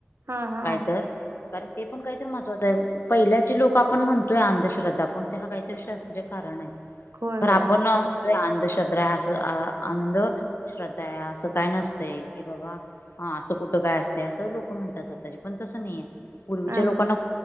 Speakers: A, on the right (about 75°); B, on the left (about 60°).
A: हा हा
B: कायतर, कारण ते पण काहीतर महत्त्वाचं आहे, पहिल्याचे लोक आपण म्हणतो अंधश्रद्धा, पण त्याला काहीतरी शास्त्रीय कारण आहेत,
A: होय
B: खर
A: होय
B: आपण अंधश्रद्धा असं, अंधश्रद्धा आहे असं काय नसतय, कि बाबा हा, असं कुठं काय असतय, असं लोक म्हणतात आत्ताची, पण तसं नाहीये. पूर्वीच्या
A: हा
B: लोकांना,
A: हा